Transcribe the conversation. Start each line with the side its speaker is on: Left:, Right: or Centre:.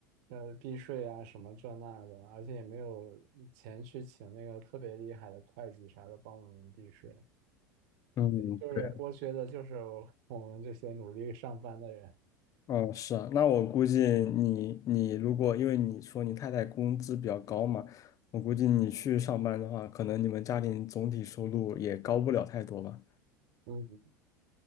Right: 呃，避税啊什么这那的，而且也没有钱去请那个特别厉害的会计啥的帮我们避税，
Left: 嗯，
Right: 就是剥削的就是
Left: 对，
Right: 我 <laughs> 们这些努力上班的人。
Left: 嗯，是啊，那我估计你你如果因为你说你太太工资比较高嘛，我估计你去上班的话，可能你们家庭总体收入也高不了太多吧。
Right: 嗯，